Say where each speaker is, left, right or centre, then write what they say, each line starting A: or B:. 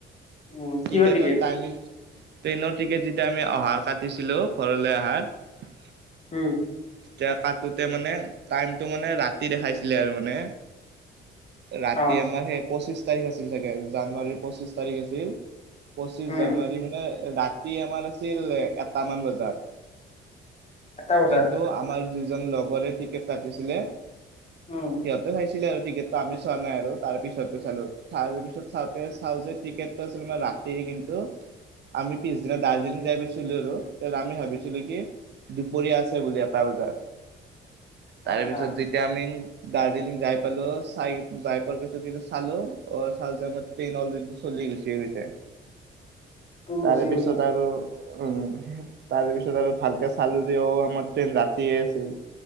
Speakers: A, on the left; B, on the right.
A: উম কিহৰ
B: ঠিকেটা,
A: টিকেট
B: টাইমিং ট্ৰেইনৰ টিকেট, যেতিয়া আমি অহাৰ কাটিছিলো ঘৰলৈ অহাত
A: হম,
B: এতিয়া, কাটোতে মানে, টাইমটো মানে, ৰাতি দেখাইছিলে আৰু মানে ৰাতি,
A: অ
B: আমাৰ সেই পঁচিশ তাৰিখ আছিল, চাগে জানুৱাৰীৰ পঁচিশ তাৰিখ আছিল। পঁচিশ
A: উম
B: জানুৱাৰী মানে, ৰাতি আমাৰ আছিল এটাামান বজাত।
A: আঠটা বজাত
B: কিন্তু, আমাৰ যিজন লগৰে টিকেট কাটতিছিলে।
A: উম।
B: সিহঁতে চাই ছিলে আৰু টিকেটটো আমি চোৱা নাই আৰু তাৰ পিছত চালোঁ। তাৰ লপিছত চাওঁতে চাওঁ যে টিকেটটো আছিল মা ৰা তি কিন্তু, আমি পিছদিনা দাৰ্জিলিং যাই গৈছিলোঁ আৰু আমি ভাবিছিলোঁ কি দুপৰীয়া আছে বুলি এটা বজাত। তাৰেপিছত
A: আচ্ছা
B: যেতিয়া আমি দাৰ্জিলিং যাই পালোঁ চাই যাই পোৱা পাছত চালোঁ অ', ট্ৰেইন অলৰেডি চলি গুছি গৈছে।
A: তুমি
B: তাৰে
A: গুচি
B: পিছত
A: গৈছা
B: আৰু! উম, তাৰেপিছত আৰু ভালকে চালোঁ যে ঔ আমাৰ ট্ৰেইন ৰাতিয়ে আছিল।